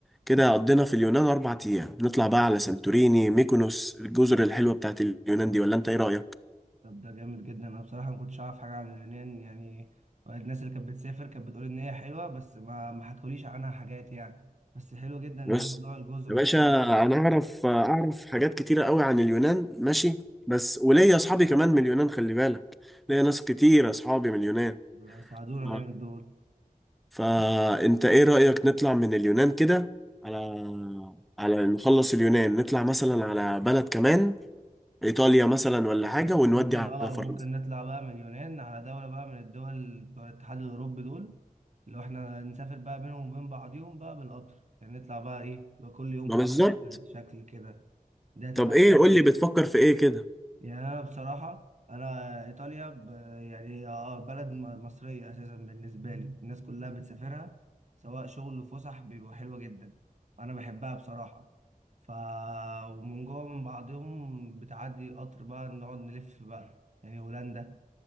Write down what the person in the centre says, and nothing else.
كده قضينا في اليونان أربع أيام نطلع بقى على سانتوريني ميكونوس الجزر الحلوة بتاعت اليونان دي ولا أنت إيه رأيك؟
بص
يا باشا
أنا أعرف أعرف حاجات كتيرة قوي عن اليونان ماشي بس وليا أصحابي كمان من اليونان خلي بالك ليا ناس كتير أصحابي من اليونان
ف-
فأنت إيه رأيك نطلع من اليونان كده على على نخلص اليونان نطلع مثلا على بلد كمان إيطاليا مثلا ولا حاجة ونودي
على
فرنسا
ما
بالظبط
طب إيه
قول لي بتفكر في إيه كده؟